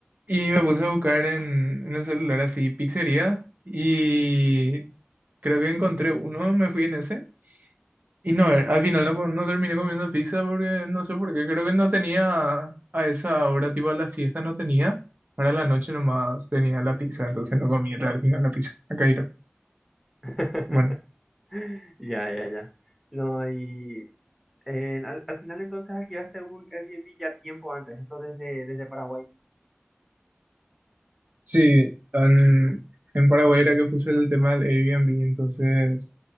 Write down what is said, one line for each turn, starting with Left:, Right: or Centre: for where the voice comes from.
Right: Y me puse a buscar en, en el celular así pizzerías y creo que encontré uno, me fui en ese. Y no, eh, al final no, co- no terminé comiendo pizza porque no sé por qué, creo que no tenía a esa hora, tipo a la siesta no tenía, para la noche nomás tenía la pizza, entonces no comí al final la pizza, a Cairo.
Centre: <laughs>
Right: Bueno,
Centre: ya, ya, ya. No, y eh, al, al final entonces alquilaste un Airbnb ya tiempo antes, eso desde, desde Paraguay.
Right: sí, en, en Paraguay era que puse el tema del Airbnb, entonces